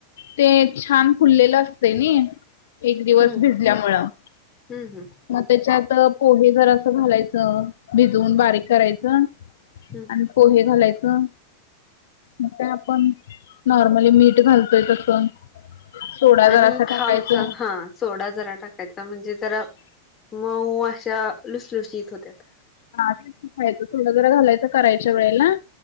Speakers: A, on the left (about 75°); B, on the left (about 20°).
A: ते छान. फुलेल असते नी, एक दिवस
B: हम्म
A: भिजल्यामुळं.
B: हम्म हम्म
A: मग त्याच्यात पोहे जरासं घालायचं, भिजवून बारीक करायचं.
B: हम्म
A: आणि पोहे घालायचं. मग काय आपण, नॉर्मली मीठ घालतोय तसं. सोडा
B: आणि
A: जरासं
B: खावचा
A: टाकायच.
B: हा सोडा जरा टाकायचा म्हणजे जरा मऊ अशा लुसलुशीत होत्यात.
A: हा तेच की करायचं सोडा जरा घालायचं करायच्या वेळेला.